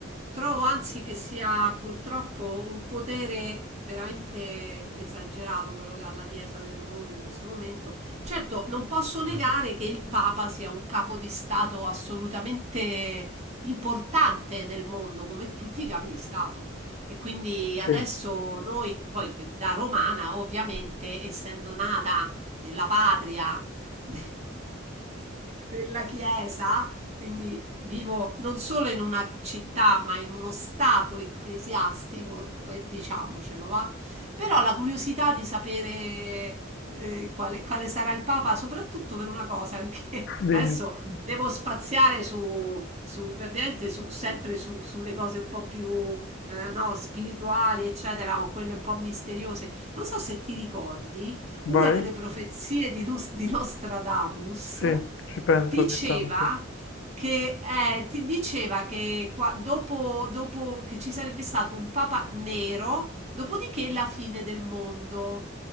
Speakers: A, on the right; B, on the left.
A: Trovo anzi che sia purtroppo un potere veramente esagerato quello che ha la Chiesa nel mondo in questo momento. Certo, non posso negare che il Papa sia un capo di Stato assolutamente importante nel mondo, come tutti i capi di Stato. E quindi adesso
B: Sì,
A: Mm. noi, poi eh, da romana, ovviamente, essendo nata nella patria <laughs> della Chiesa, quindi vivo non solo in una città, ma in uno stato ecclesiastico, per- diciamocelo, va? Però la curiosità di sapere eh, quale, quale sarà il Papa, soprattutto per una cosa, perché <laughs>
B: dimmi,
A: adesso devo spaziare su, su- ovviamente su- sempre su- sulle cose un po' più eh, no, spirituali, eccetera, o quelle un po' misteriose. Non so se ti ricordi,
B: vai.
A: una delle profezie di, Nus- di Nostradamus
B: Sì, ci penso
A: diceva
B: ogni tanto.
A: che eh, ti diceva che qua- dopo, dopo che ci sarebbe stato un papa nero, dopodiché la fine del mondo.